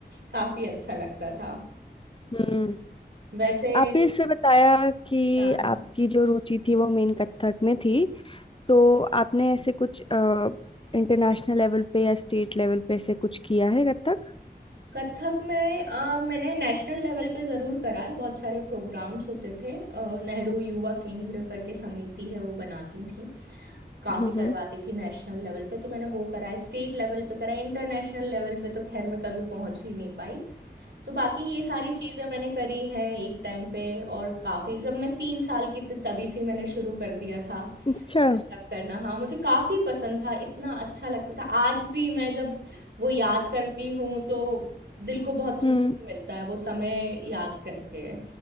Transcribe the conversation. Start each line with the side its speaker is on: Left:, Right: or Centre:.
Right: काफ़ी अच्छा लगता था
Left: हम्म
Right: वैसे
Left: आपने इससे बताया कि
Right: हाँ हाँ
Left: आपकी जो रुचि थी वो मेन कथक में थी तो आपने ऐसे कुछ इंटरनेशनल लेवल पे या स्टेट लेवल पे ऐसे कुछ किया है कथक
Right: कथक में अ, मैंने नेशनल लेवल पे ज़रूर करा है बहुत सारे प्रोग्राम्स होते थे अ, नेहरू युवा केंद्र करके समिति है वो बनाती थी काफ़ी
Left: हम्म
Right: करवाती
Left: हम्म
Right: थी नेशनल लेवल पे तो मैंने वो कराया स्टेट लेवल पे कराया इंटरनेशनल लेवल पे तो खैर मैं कभी पहुंच ही नहीं पाई तो बाकी ये सारी चीज़ें मैंने करी हैं एक टाइम पे और काफ़ी जब मैं तीन साल की थी तभी से मैंने शुरू कर दिया था
Left: हम्म, अच्छा
Right: कथक करना हाँ मुझे काफ़ी पसंद था इतना अच्छा लगता था आज भी मैं जब वो याद करती हूँ तो दिल को बहुत सुकून
Left: हम्म
Right: मिलता है वो समय याद करके